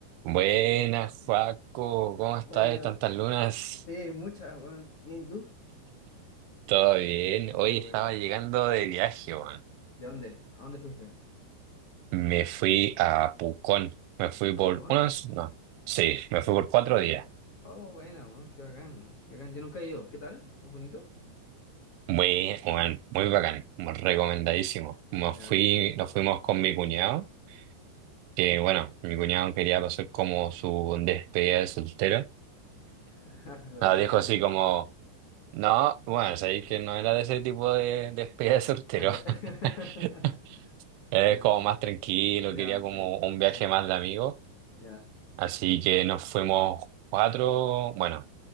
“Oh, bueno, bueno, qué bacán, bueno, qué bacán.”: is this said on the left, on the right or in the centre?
Left